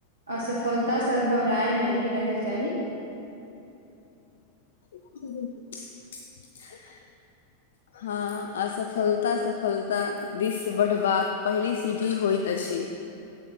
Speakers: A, on the right; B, on the left.
A: असफलतासँ घबराए नहि रहय चाही
B: ह <unintelligible>
A: <inaudible>
B: हँ असफलता सफलता दिस बढ़बाक पहली सीढ़ी होइत अछि